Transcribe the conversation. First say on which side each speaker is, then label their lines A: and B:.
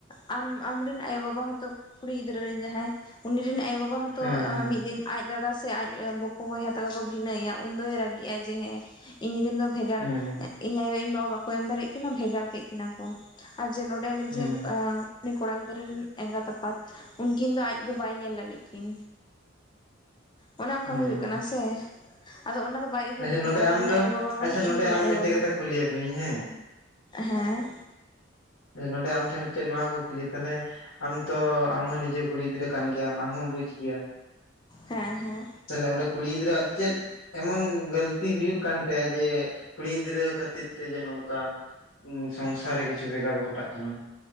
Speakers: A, on the left; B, on the left.
A: ᱟᱢ ᱟᱢ ᱨᱮᱱ ᱟᱭᱳᱵᱟᱵᱟ ᱦᱚᱛᱚ ᱼᱼ ᱠᱩᱲᱤ ᱜᱤᱫᱽᱨᱟᱹ ᱨᱮᱱ ᱡᱟᱦᱟᱸᱭ ᱩᱱᱤ ᱨᱮᱱ ᱟᱭᱳ ᱵᱟᱵᱟ ᱦᱚᱛᱚ
B: ᱦᱮᱸ ᱦᱮᱸ
A: ᱢᱤᱫ ᱫᱤᱱ ᱟᱡ ᱫᱟᱫᱟ ᱥᱮ ᱟᱡ ᱵᱚ ᱠᱚ ᱵᱚᱭᱦᱟ ᱛᱟᱠᱚᱠᱚ ᱵᱷᱤᱱᱟᱹᱭᱟ ᱩᱱᱫᱚᱭ ᱨᱟᱹᱜᱤᱜᱼᱟᱭ ᱡᱮ ᱦᱮᱸ ᱤᱧ ᱨᱮᱱ ᱫᱚ ᱼᱼ ᱵᱷᱮᱜᱟᱨ
B: ᱦᱮᱸ
A: ᱤᱧ ᱟᱭᱳ ᱤᱧ ᱵᱟᱵᱟ ᱵᱟᱠᱚ ᱮᱢ ᱫᱟᱲᱮᱭᱟᱜ ᱠᱤᱱᱟ ᱵᱷᱮᱜᱟᱨ ᱠᱮᱫ ᱠᱤᱱᱟ ᱠᱚ ᱟᱨ ᱡᱮ ᱱᱚᱰᱮ
B: ᱦᱮᱸ
A: ᱡᱮ ᱟᱸᱻᱻ ᱩᱱᱤ ᱠᱚᱲᱟ ᱜᱤᱫᱽᱨᱟᱹ ᱨᱮᱱ ᱮᱸᱜᱟᱛ ᱟᱯᱟᱛ ᱩᱱᱠᱤᱱ ᱫᱚ ᱟᱡ ᱫᱚ ᱵᱟᱭ ᱧᱮᱞ ᱞᱟᱹᱜᱤᱫ ᱠᱤᱱ।
B: <inaudible>
A: ᱚᱱᱮ ᱚᱱᱠᱟ
B: ᱦᱮᱸ
A: ᱦᱩᱭᱩᱜ ᱠᱟᱱᱟ ᱥᱮ ᱟᱫᱚ ᱚᱱᱟ ᱫᱚ ᱵᱟᱭ ᱩᱭᱦᱟᱹᱨ
B: ᱟᱪᱪᱷᱟ
A: ᱮᱫᱟ
B: ᱱᱚᱰᱮ
A: ᱡᱮ ᱩᱱᱤ
B: ᱟᱢ
A: ᱨᱮᱱ
B: ᱫᱚ
A: ᱟᱭᱳᱼᱵᱟᱵᱟ ᱢᱟᱱᱮ
B: ᱟᱪᱪᱷᱟ ᱱᱚᱰᱮ
A: ᱤᱧᱨᱮ ᱨᱮᱱ
B: ᱟᱢ
A: ᱟᱭᱳᱼᱵᱟᱵᱟ
B: ᱢᱤᱫᱴᱮᱡ ᱠᱟᱛᱷᱟ ᱠᱩᱞᱤᱭᱮᱫ ᱢᱤᱭᱟᱹᱧ ᱦᱮᱸ
A: ᱦᱮᱸ
B: ᱱᱚᱰᱮ ᱟᱢᱴᱷᱮᱱ ᱢᱤᱫᱴᱮᱱ ᱱᱚᱣᱟ ᱠᱩᱠᱞᱤ ᱛᱟᱦᱞᱮ, ᱟᱢ ᱛᱚ ᱟᱢᱦᱚᱸ ᱱᱤᱡᱮ ᱠᱩᱲᱤ ᱜᱤᱫᱽᱨᱟᱹ ᱠᱟᱱ ᱜᱮᱭᱟᱢ ᱟᱢᱦᱚᱢ ᱵᱩᱡᱽ ᱼᱼ ᱜᱮᱭᱟ
A: ᱦᱮᱸ ᱦᱮᱸ
B: ᱛᱟᱦᱚᱞᱮ ᱚᱸᱰᱮ ᱠᱩᱲᱤ ᱜᱤᱫᱽᱨᱟᱹ ᱪᱮᱫ ᱮᱢᱚᱱ ᱼᱼ ᱜᱟᱹᱞᱛᱤ ᱦᱩᱭᱩᱜ ᱠᱟᱱ ᱛᱟᱭᱟ ᱡᱮ ᱠᱩᱲᱤ ᱜᱤᱫᱽᱨᱟᱹ ᱠᱷᱟᱹᱛᱤᱨ ᱛᱮ ᱡᱮ ᱱᱚᱝᱠᱟ ᱚᱸᱻ ᱥᱚᱝᱥᱟᱨ ᱨᱮ ᱠᱤᱪᱷᱩ ᱵᱷᱮᱜᱛ ᱜᱷᱚᱴᱟᱜ ᱠᱟᱱᱟ᱾